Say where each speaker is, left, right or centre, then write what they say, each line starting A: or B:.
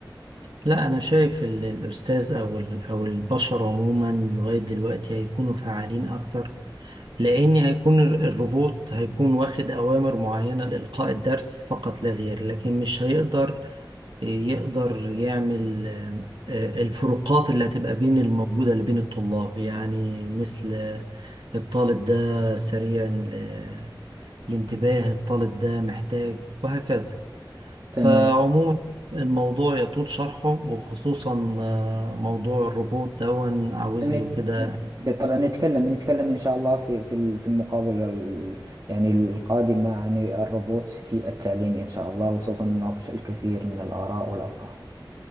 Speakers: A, on the right (about 80°); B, on the right (about 50°).
A: لا أنا شايف ال- الأستاذ أو ال- أو البشر عموما لغاية دلوقتي هيكونوا فعالين أكثر لأن هيكون الر- الروبوت هيكون واخد أوامر معينة لإلقاء الدرس فقط لا غير لكن مش هيقدر آه، يقدر يعمل آه، آه، الفروقات اللي هتبقى بين الموجودة اللي بين الطلاب يعني مثل الطالب ده سريع ال- الانتباه الطالب ده محتاج وهكذا
B: تماما
A: فعموما الموضوع يطول شرحه وخصوصا آه، موضوع الروبوت دون عاوز
B: نت-
A: له كده
B: بالطبع نتكلم نتكلم إن شاء الله في في ال- في المقابلة ال- يعني القادمة عن الروبوت في التعليم إن شاء الله وسوف نناقش الكثير من الآراء والأفكار